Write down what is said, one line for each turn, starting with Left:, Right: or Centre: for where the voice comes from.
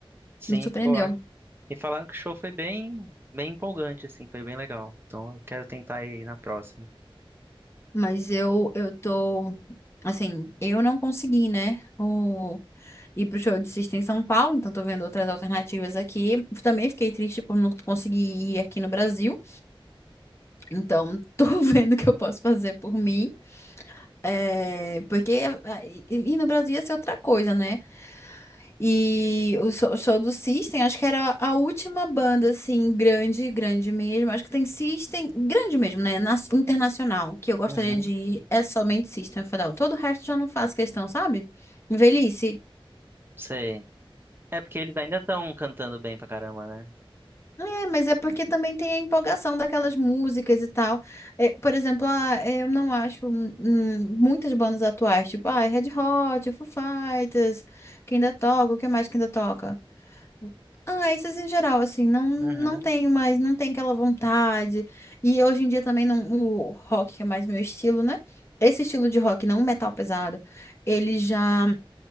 Right: sim,
Left: Me surpreendeu.
Right: ficou ótimo. E falaram que o show foi bem, bem empolgante, assim, foi bem legal. Então eu quero tentar ir na próxima.
Left: Mas eu, eu tô. Assim, eu não consegui, né? O... Ir pro show de Sista em São Paulo, então tô vendo outras alternativas aqui. Também fiquei triste por não conseguir ir aqui no Brasil, então <laughs> tô vendo o que eu posso fazer por mim. É, porque ah, e e no Brasil ia ser outra coisa, né? E o show, o show do System, acho que era a última banda, assim, grande, grande mesmo. Acho que tem System, grande mesmo, né? Na- internacional, que eu gostaria
Right: Uhum,
Left: de ir, é somente System of a Down. Todo o resto já não faço questão, sabe? Velhice.
Right: sei. É porque eles ainda estão cantando bem pra caramba, né?
Left: É, mas é porque também tem a empolgação daquelas músicas e tal. É, por exemplo, ah, é, eu não acho hum, hum, muitas bandas atuais, tipo, ah, Red Hot, Foo Fighters, que ainda toca, o que mais que ainda toca? Ah, esses em geral, assim, não, não
Right: Uhum,
Left: tenho mais, não tem aquela vontade. E hoje em dia também não, o rock, que é mais meu estilo, né? Esse estilo de rock, não metal pesado, ele já,